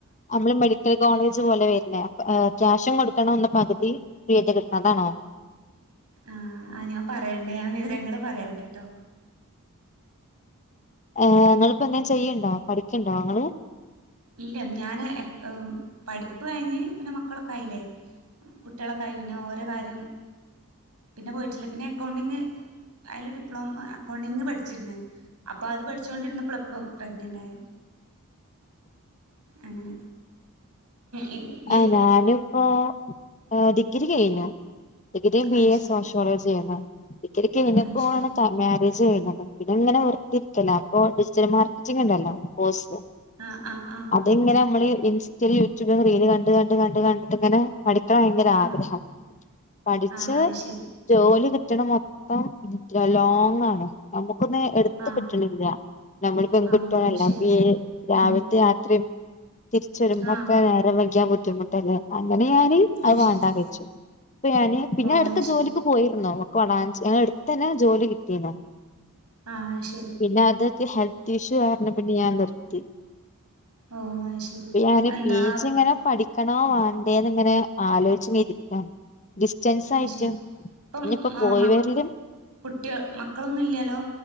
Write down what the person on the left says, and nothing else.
നമ്മള് മെഡിക്കൽ കോളേജ് പോലെ വരുന്നത് ഏഹ് ക്യാഷും കൊടുക്കണം എന്നാ പകുതി <unintelligible> കിട്ടണം അതാണോ
ആഹ് നിങ്ങളിപ്പോ എന്തെങ്കിലും ചെയ്യുണ്ടോ പഠിക്കുണ്ടോ ഇങ്ങള്
ആഹ് ഞാനിപ്പോ ഏഹ് ഡിഗ്രി കഴിഞ്ഞു ഡിഗ്രി ബി
എ
സോഷ്യോളജിയാ ചെയ്യുന്നേ ഡിഗ്രിക്ക് <unintelligible> പി
ജി
ചെയ്യുന്നേ അപ്പൊ പിന്നെ ഇങ്ങനെ വെർതെ ഇരിക്കല്ലേ അപ്പൊ ഡിജിറ്റൽ മാർക്കറ്റിഗ് ഇണ്ടല്ലോ കോഴ്സ്
ഇങ്ങള് നമ്മളീ ഇൻസ്റ്റയിലും യൂട്യൂബും റീല് കണ്ട് കണ്ട് കണ്ട് കണ്ടിട്ട് ഇങ്ങനെ പഠിക്കാൻ ഭയങ്കര
ആഗ്രഹം പഠിച്ച്
ജോലി കിട്ടണ മൊത്തം ലോങ് ആണ് നമുക്കൊന്ന് എടുത്ത്
കിട്ടണില്ല നമ്മള് പെൺകുട്ട്യാളല്ലെ
അപ്പ ഈ രാവിലത്തെ
യാത്രയും തിരിച്ച് വരുമ്പോക്കെ
നേരം വൈകിയ ബുദ്ധിമുട്ടല്ലേ അങ്ങനെ ഞാന് അഹ്
വേണ്ടാ
വെച്ചു അപ്പൊ ഞാന് പിന്നെ
അടുത്ത
ജോലിക്ക്
പോയിരുന്നു <unintelligible> ഞങ്ങളെ അടുത്ത് തന്നെ ജോലി കിട്ടീന്നു
പിന്നെ അതൊക്കെ ഹെൽത്ത് പ്രതീക്ഷ കാരണം പിന്നെ ഞാൻ നിർത്തി
പിന്നെ ഞാന്
പി ജി ഇങ്ങനെ പഠിക്കണോ വേണ്ടയോന്ന് ഇങ്ങനെ ആലോചിച്ച് ഇരിക്കാണ് ഡിസ്റ്റൻസ്
ആയിട്ട്
ഇനിയിപ്പോ
പോയി
വരലും